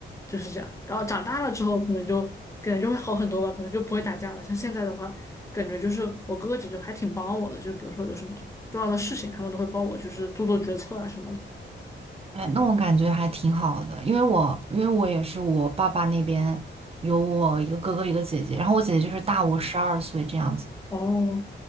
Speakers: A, on the left; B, on the right.
A: 就是这样。然后长大了之后，可能就可能就会好很多吧，可能就不会打架了。像现在的话。感觉就是我哥哥姐姐还挺帮我的，就比如说有什么重要的事情，他们都会帮我，就是做做决策啊什么的。
B: 那我感觉还挺好的，因为我因为我也是我爸爸那边有我一个哥哥一个姐姐，然后我姐姐就是大我十二岁这样子。
A: 哦